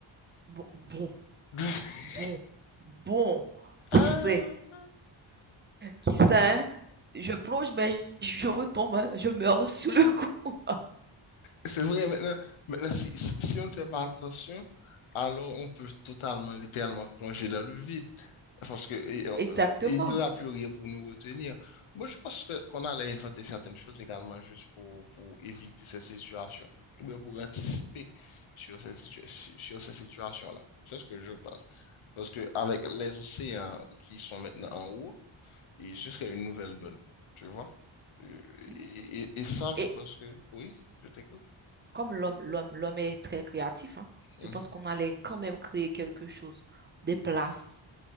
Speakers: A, on the right (about 25°); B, on the left (about 85°).
A: bon, bon,
B: <laughs>
A: bon, bon, qui
B: Ah!
A: sait? qui sait, je plonge, mais je retombe, je meurs sous le coup.
B: C'est vrai, maintenant, maintenant si, si, si on ne fait pas attention, alors on peut totalement, littéralement plonger dans le vide. Parce que et, euh,
A: <laughs> Exactement.
B: il n'y aura plus rien pour nous retenir. Moi, je pense que qu'on allait inventer certaines choses également juste pour, pour éviter cette situation, ou bien pour anticiper sur cette, situ- sur sur cette situation-là. C'est ce que je pense. Parce que avec les océans qui sont maintenant en haut, et ce serait une nouvelle donne. Tu vois? Euh,
A: Mhm.
B: Et, et, et ça,
A: Et
B: je pense que oui, je t'écoute.
A: comme l'homme, l'homme, l'homme est très créatif, hein,
B: Hum.
A: je pense qu'on allait quand même créer quelque chose, des places.